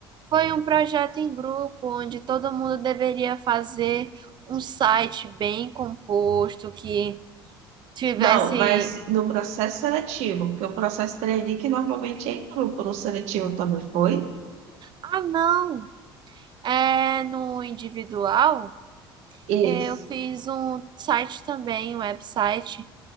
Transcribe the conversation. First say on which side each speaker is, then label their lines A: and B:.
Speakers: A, on the right (about 35°); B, on the right (about 60°).
A: Foi um projeto em grupo onde todo mundo deveria fazer um site bem composto que tivesse.
B: Não, mas no processo seletivo, porque o processo trainee que normalmente é em grupo, no seletivo também foi?
A: Ah, não! É no individual.
B: Isso.
A: Eu fiz um site também, um website,